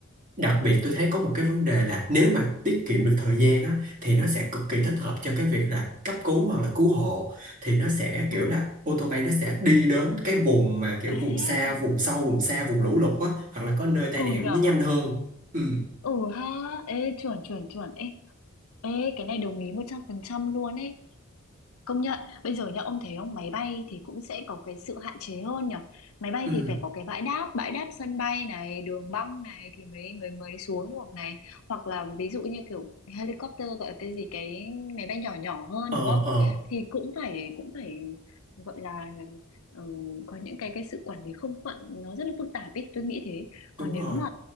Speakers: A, on the right; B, on the left.
A: đặc biệt tôi thấy có một cái vấn đề là nếu mà tiết kiệm được thời gian á thì nó sẽ cực kỳ thích hợp cho cái việc là cấp cứu hoặc là cứu hộ thì nó sẽ kiểu
B: Ờ.
A: là ô tô bay nó sẽ đi đến cái vùng mà kiểu
B: ê
A: vùng xa vùng sâu vùng xa vùng lũ lụt á hoặc là có nơi tai
B: ừ
A: nạn
B: nhở
A: nó nhanh hơn ừ
B: ừ ha ê chuẩn chuẩn chuẩn ê ê cái này đồng ý một trăm phần trăm luôn ấy Công nhận, bây giờ nhá, ông thấy không, máy bay thì cũng sẽ có cái sự hạn chế hơn nhở. Máy bay
A: ừ
B: thì phải có cái bãi đáp, bãi đáp sân bay này, đường băng này thì mới mới mới xuống được này. Hoặc là ví dụ như kiểu helicopter gọi là cái gì cái máy bay nhỏ nhỏ hơn
A: ờ
B: đúng không?
A: ờ
B: Thì cũng phải cũng phải gọi là ừ, có những cái cái sự quản lý không phận nó rất là phức tạp ấy, tôi nghĩ thế. Còn
A: đúng rồi
B: nếu mà